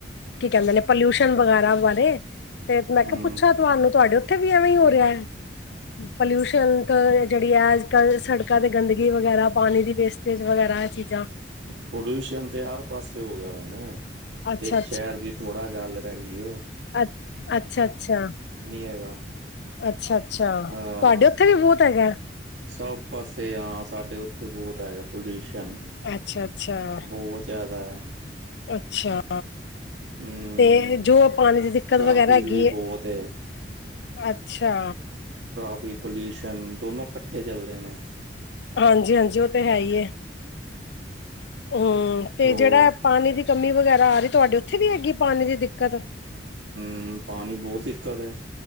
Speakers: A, on the left; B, on the right.
A: ਕੀ ਕਹਿੰਦੇ ਨੇ ਪੋਲਿਊਸ਼ਨ ਵਗੈਰਾ ਬਾਰੇ। ਤੇ ਮੈਂ
B: ਹਮ
A: ਕਿਹਾ ਪੁਛਾਂ ਤੁਹਾਨੂੰ ਤੁਹਾਡੇ ਓਥੇ ਵੀ ਐਵੇਂ ਹੀ ਹੋ ਰਿਹਾ ਐ। ਪੋਲਿਊਸ਼ਨ ਤੋਂ ਜਿਹੜੀ ਹੈ ਅੱਜ ਕੱਲ ਸੜਕਾਂ ਤੇ ਗੰਦਗੀ ਵਗੈਰਾ ਪਾਣੀ ਦੀ ਵੇਸਟ ਵਗੈਰਾ ਆ ਚੀਜ਼ਾਂ
B: ਪੋਡੀਊਸ਼ਨ ਤੇ ਹਰ ਪਾਸੇ ਹੋ ਗਿਆ ਹੁਣ,
A: ਅੱਛਾ
B: ਏਕ ਸ਼ਹਿਰ ਦੀ ਥੋੜਾ ਗੱਲ ਰਿਹਿਗੀ ਏ।
A: ਅੱ, ਅੱਛਾ-ਅੱਛਾ,
B: ਹੈਗਾ
A: ਅੱਛਾ-ਅੱਛਾ।
B: ਹਾਂ
A: ਤੁਹਾਡੇ ਓ ਇੱਥੇ ਵੀ ਬਹੁਤ ਹੈਗਾ।
B: ਸਭ ਪਾਸੇ ਆ, ਸਾਡੇ ਓਥੇ ਬੋਤ ਹੈਗਾ ਪੋਲਿਊਸ਼ਨ।
A: ਅੱਛਾ ਅੱਛਾ
B: ਬੋਤ ਜ਼ਆਦਾ ਐ।
A: ਅੱਛਾ।
B: ਹਮ
A: ਤੇ, ਜੋ ਪਾਣੀ ਦੀ ਦਿੱਕਤ
B: ਟ੍ਰੈਫਿਕ
A: ਵਗੈਰਾ ਹੈਗੀ
B: ਵੀ ਬਹੁਤ
A: ਏ।
B: ਹੈ
A: ਅੱਛਾ।
B: ਟ੍ਰੈਫਿਕ ਪੋਲਿਊਸ਼ਨ ਦੋਨੋਂ ਕੱਠੇ ਚੱਲਦੇ ਨੇ।
A: ਹਾਂਜੀ-ਹਾਂਜੀ ਉਹ ਤੇ, ਹੈ, ਹੀਏ। ਹੂੰ, ਤੇ
B: ਹੋਰ
A: ਜਿਹੜਾ ਪਾਣੀ ਦੀ ਕਮੀ ਵਗੈਰਾ ਆ ਰਹੀ, ਤੁਹਾਡੇ ਉੱਥੇ ਵੀ ਹੈਗੀ ਏ, ਪਾਣੀ ਦੀ ਦਿੱਕਤ।
B: ਹੂੰ, ਪਾਣੀ ਬਹੁਤ ਦਿੱਕਤ ਏ,